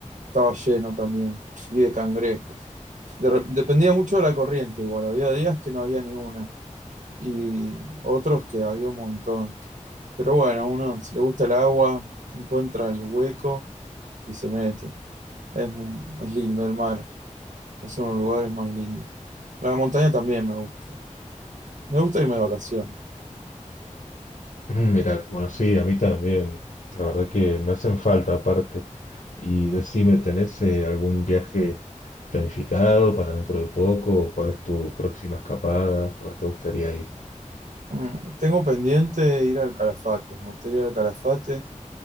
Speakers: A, on the right; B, on the left.
A: estaba lleno también, y de cangrejos. De re- dependía mucho de la corriente, igual, había días que no había ni una. y otros que había un montón. Pero bueno, uno si le gusta el agua, encuentra el hueco y se mete. Es, mu- es lindo el mar, es uno de los lugares más lindos. La montaña también me gusta. Me gusta irme de vacaciones.
B: Ujú, Mira, bueno, sí, a mí también. La verdad que me hacen falta aparte. Y decime, ¿tenés eh, algún viaje planificado para dentro de poco? ¿Cuál es tu próxima escapada? ¿Dónde te gustaría ir?
A: Mm, Tengo pendiente ir al Calafate. Me gustaría ir al Calafate,